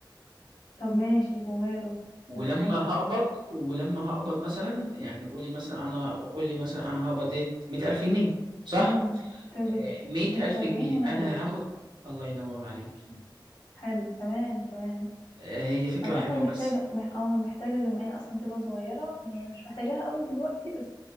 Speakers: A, on the left; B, on the right.
A: طب ماشي وماله
B: ولما
A: من عينيا
B: هقبض
A: حاضر
B: ولما هقبض مثلا يعني قولي مثلا انا قولي مثلا انا هقبض ايه 100000 جنيه صح
A: مم. تقبض
B: آه 100000
A: انت سبعين
B: جنيه
A: وانا
B: انا
A: تلاتين
B: هاخد الله ينور عليكي
A: حلو تمام تمام
B: آه هي فكره
A: انا
B: حلوه
A: اصلا محتاجه
B: بس
A: مح... اه محتاجه جمعيه اصلا تبقى صغيره ما هي أنا مش محتاجاها قوي دلوقتي بس